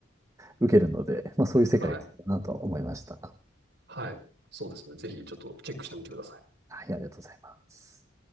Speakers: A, on the right; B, on the right.
A: 受けるので、まあ、そういう世界かなと思いました。
B: はい。はい。そうですね。ぜひちょっとチェックしてみてください。
A: はい、ありがとうございます。